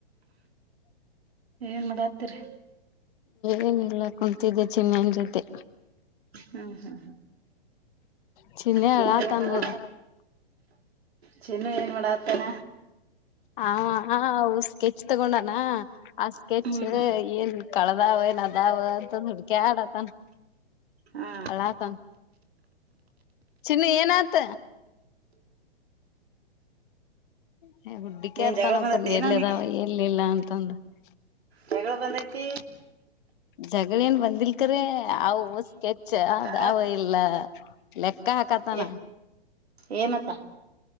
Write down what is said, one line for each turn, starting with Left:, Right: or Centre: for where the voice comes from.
Right: ಏನ್ ಮಾಡಾತ್ತಿರಿ.
Left: ಏನಿಲ್ಲ ಕುಂತಿದ್ದೆ ಚಿನ್ನಯನ್ ಜೊತೆ.
Right: ಹ್ಮ್ ಹ್ಮ್ ಹ್ಮ್
Left: <inaudible> ಚಿನ್ನಯ್ಯ
Right: ಚಿನ್ನು
Left: ಆಳತನ್ನೋಡ್.
Right: ಏನ್ ಮಾಡ ಚಿನ್ನು ಏನ್ ಮಾಡ ಆತಾನ.
Left: ಹ ಹ ಹೌಸ್ ಕೆಚ್ ತಗೊಂಡಾನ. ಆ ಸ್ಕೆಚ್
Right: ಹ್ಮ್
Left: ಏನ್ ಕಳದಾವನದಾವ ಅಂತಂದ ಹುಡ್ಕ್ಯಾಆಡತನ್
Right: ಹಾ
Left: ಅಳಾತನ್. ಚನ್ನ ಏನತ. ಹ್ಮ ಹುಡುಕ್ಯಾಡ್ತಾನಕ
Right: ಏನ್ ಜಗಳ ಬಂದತ್ತ ಏನ
Left: ಎಲ್ಲಿದಾವ
Right: ಅವ್ನಿಗೆ
Left: ಎಲ್ಲಿಲ್ಲ ಅಂತ. <unintelligible>
Right: ಹೆಗಳು ಬಂದೈತಿ.
Left: ಜಗಳ ಏನ್ ಬಂದಿಲ್ಕರೆ ಆವು ಸ್ಕೆ ಛೆ ಅದ್
Right: ಆ
Left: ಅವು ಇಲ್ಲ. ಲೆಕ್.. ಕಾ ಕತಾನ.
Right: ಏ ಏನತ್ತ